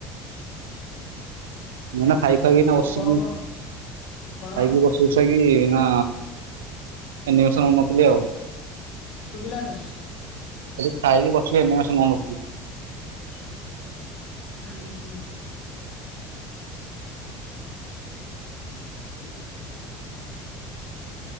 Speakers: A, on the right; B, on the left.
A: ମଲା। ଖାଇ ଖଇକି ନା
B: ଆଉ
A: ବସିକି
B: କହ କଣ କଣ
A: ଖାଇକି ବସି ବସେଇକି ନା ଏନିବସନ ନଉନଥିଲି ଆଉ।
B: ଶୁଭିଲାନି?
A: ଖଲି ଖାଇକି ବସି ଏମାନ ସ ମନ୍ କୁ।
B: ହୁଁ ହୁଁ। <inaudible>